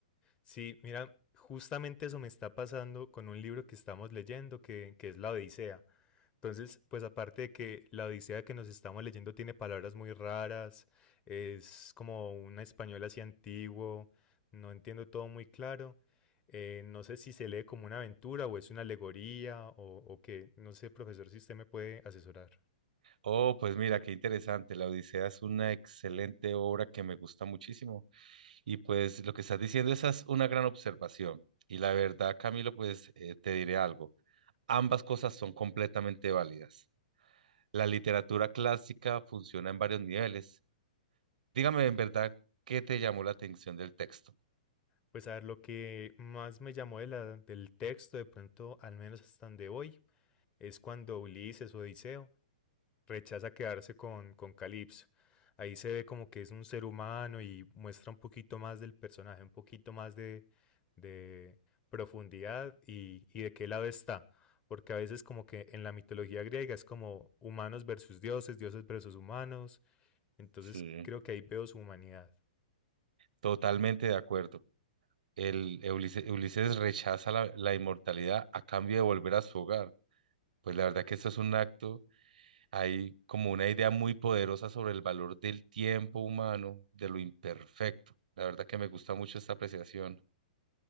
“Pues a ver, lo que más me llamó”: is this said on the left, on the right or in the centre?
Left